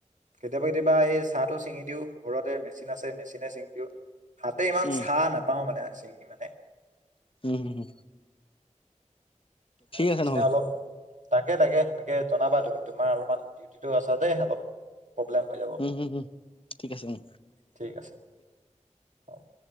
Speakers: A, on the right; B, on the left.
A: কেতিয়াবা-কেতিয়াবা এই চাহটো ছিঙি দিও, ঘৰতে মেচিন আছে, মেচিনে ছিঙি দিও। হাতে ইমান
B: উম,
A: চাহ নাপাও মানে চিঙি মানে।
B: উম, হু, হু।
A: এ মেচিনে
B: আছে নহ'লে
A: অলপ তাকে, তাকে, জনাবা তুমি? তোমাৰ অলপমান ডিউটিটো আছে দেই হাতত। প্ৰব্লেম হৈ যাব,
B: উম, উম, উম, ঠিক আছে উম,
A: ঠিক আছে। হ'ব।